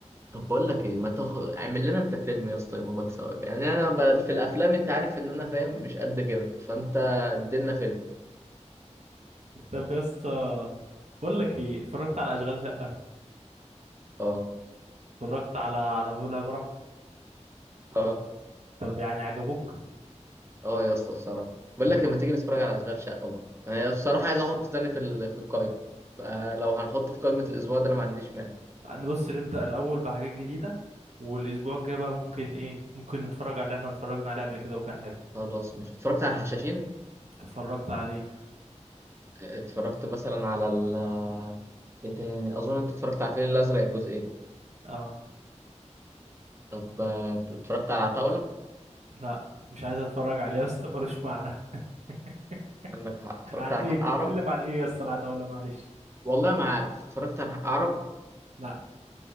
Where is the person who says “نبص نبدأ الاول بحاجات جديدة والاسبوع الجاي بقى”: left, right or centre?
Right